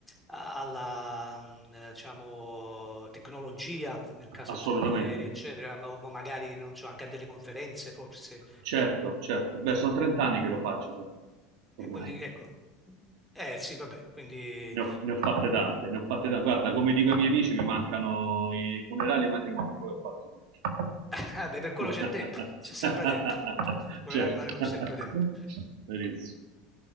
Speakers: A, in the centre; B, on the right.
A: a- alla mm, eh, diciamo, tecnologia, nel caso
B: Assolutamente.
A: insomma degli aerei, eccetera, ma, ma magari non so, anche a delle conferenze forse.
B: Certo, certo. Beh, sono 30 anni che lo faccio, ma ormai.
A: E quindi ecco, eh sì, vabbè, quindi
B: Ne ho, ne ho fatte tante, ne ho fatte tante. Guarda, come dico ai miei amici, mi mancano i funerali e i matrimoni, poi ho fatto
A: <laughs> ah, beh, per quello
B: tutto.
A: c'è tempo, c'è sempre
B: <laughs>
A: tempo, <laughs> per programmare
B: Certo,
A: c'è
B: <laughs>
A: sempre tempo.
B: benissimo.